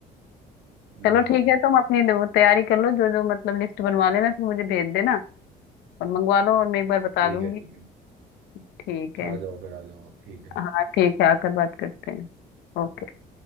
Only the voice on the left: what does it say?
चलो ठीक है तुम अपनी वो तैयारी कर लो जो जो मतलब लिस्ट बनवा लेना फिर मुझे भेज देना और मंगवा लो और मैं एक बार बता
दूंगी
ठीक है
हाँ ठीक है आकर बात करते हैं ओके